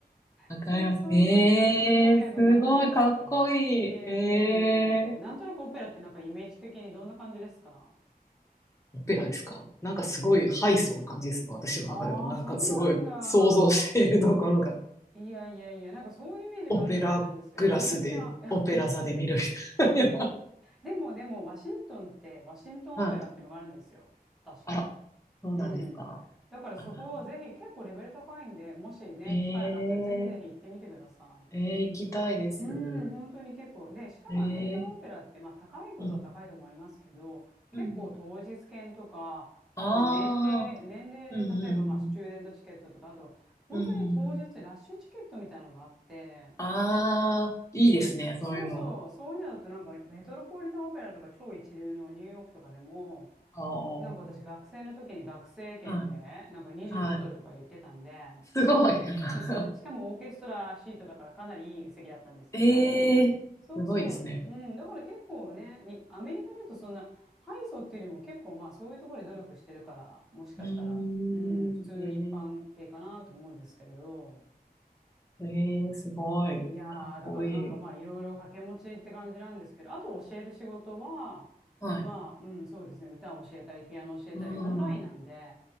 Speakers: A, on the left; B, in the centre.
A: わかります。
B: そうそうそうそう。
A: ええすごい、
B: 近所迷惑にならないように。
A: かっこいい。
B: いえいえい
A: えー。
B: え。なんとなくオペラってなんかイメージ的にどんな感じですか
A: オペラですかなんかすごいハイソな感じですね。私の中では。
B: ああー、
A: なんかすごい想像しているところが。
B: そうなんだ。いやいやいや、なんかそういうイメージがあるみたいなんですけど、
A: オペラグラスで、
B: みんな、
A: オペラ座で見るみたいな。
B: <laughs> いやでもでも、ワシントンって、ワシントンオペラっていうのがあるんですよ。
A: <laughs> はい。
B: 確か。
A: あら、そうなんですか。
B: うん。だからそこをぜひ、
A: あら、
B: 結構レベル高いんで、もしね、
A: ええ
B: 機会があったらぜひぜひ行ってみてください。
A: ええ、行きたいです。
B: うん、本当に結構。で、しかもアメリカのオペラって、
A: ええ、
B: まあ高いことは高いとこもありますけど、
A: うん。
B: 結構当日券とか、
A: うん。
B: あと年齢、
A: ああ、
B: 年齢で例えばまあスチューデントチケットとか、
A: うんうん
B: あと本当に当日ラッシュチケットみたいなのがあって、
A: うん。うん。ああ、いいですね、
B: うん、
A: そういうの。
B: そうそう、そういうのだとなんかメトロポリタンオペラとか超一流のニューヨークとかでも、
A: ああ、
B: なんか私学生の時に学生券で、
A: はい、
B: なんか25ドルとかで行ってたんで、
A: はい。すごい。
B: <laughs>
A: <laughs>
B: そうそう、しかもオーケストラシートだからかなりいい席だったんですけど、
A: ええ、
B: そうそう、
A: すごいですね。
B: うん、だから結構ね、に、アメリカだとそんな、ハイソっていうよりも結構まあそういうところで努力してるから、もしかしたら、
A: うーん、
B: うん、普通の一般系かなと思うんですけれど、
A: ええ、ええ、すごい。
B: いやー、
A: かっこいい。
B: だからなんかまあいろいろ掛け持ちって感じなんですけど、あと教える仕事は、
A: はい。
B: まあ、うん、そうですね、歌を教えたり、ピアノ教えたり、
A: うん。
B: オンラインなんで、